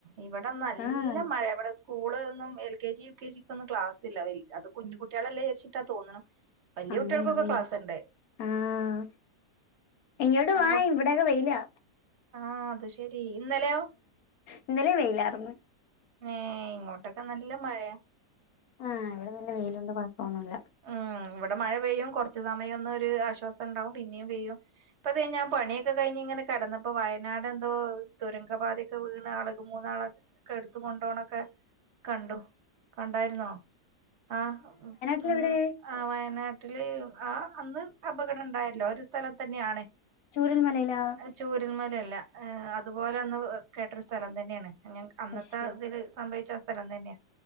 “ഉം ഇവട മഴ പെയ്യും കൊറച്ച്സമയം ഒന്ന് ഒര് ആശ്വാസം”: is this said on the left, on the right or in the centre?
Right